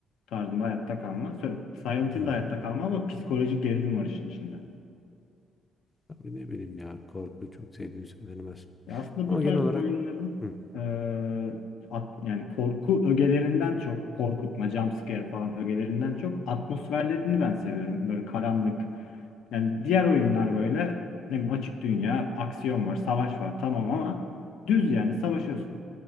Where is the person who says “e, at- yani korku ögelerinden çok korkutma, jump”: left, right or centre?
Left